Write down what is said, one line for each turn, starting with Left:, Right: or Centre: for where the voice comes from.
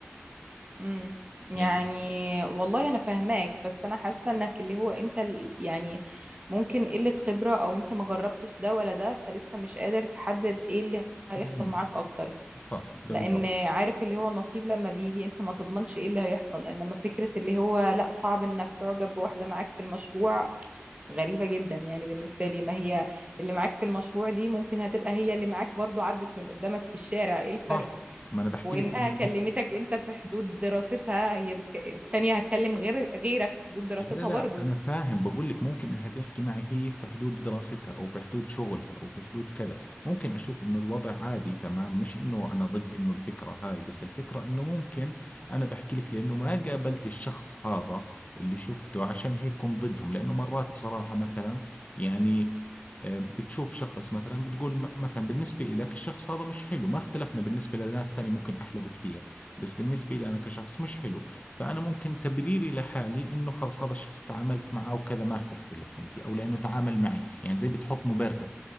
Right: امم
Left: يعني
Right: يعني والله انا فاهماك بس انا حاسه انك اللي هو انت ال- يعني ممكن قله خبره او انت ما جربتش ده ولا ده فلسه مش قادر تحدد ايه اللي هيحصل
Left: ممكن
Right: معاك اكتر
Left: صح بالضبط
Right: لان عارف اللي هو النصيب لما بيجي انت ما تضمنش ايه اللي هيحصل انما فكره اللي هو لا صعب انك تعجب بواحده معاك في المشروع غريبه جدا يعني بالنسبه لي ما هي اللي معاك في المشروع دي ممكن هتبقى هي اللي معاك برضو عدت من قدامك في الشارع ايه الفرق
Left: صح ما انا بحكي
Right: وانها
Left: لك انه
Right: كلمتك انت في حدود دراستها هي بك... التانية هتكلم غير غيرك في حدود دراستها
Left: لا لا لا،
Right: برضو
Left: انا فاهم بقول لك ممكن انها تحكي معي هي في حدود دراستها او في حدود شغلها او في حدود كذا ممكن اشوف انه الوضع عادي تمام مش انه انا ضد انه الفكرة هاي بس الفكرة انه ممكن انا بحكي لك لانه ما قابلت الشخص هذا اللي شفته عشان هيك كنت ضدهم لانه مرات بصراحة مثلا يعني آه، بتشوف شخص مثلا بتقول م- مثلا بالنسبة لك الشخص هذا مش حلو ما اختلفنا بالنسبة لناس تاني ممكن أحلى بكثير بس بالنسبة لي أنا كشخص مش حلو فأنا ممكن تبريري لحالي إنه خلص هذا الشخص تعاملت معه وكذا ما ارتحت له فهمتي أو لأنه تعامل معي يعني زي بتحط مبرر